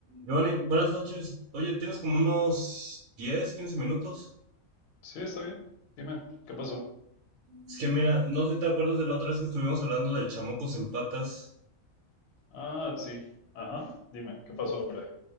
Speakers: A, on the right; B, on the left.
A: Giovanni, buenas noches. Oye, tienes como unos 10, 15 minutos.
B: Sí, está bien. Dime, ¿qué pasó?
A: Es que mira, no sé si te acuerdas de la otra vez que estuvimos hablando del chamocos en patas.
B: Ah, sí. Ajá. Dime, ¿qué pasó ahora?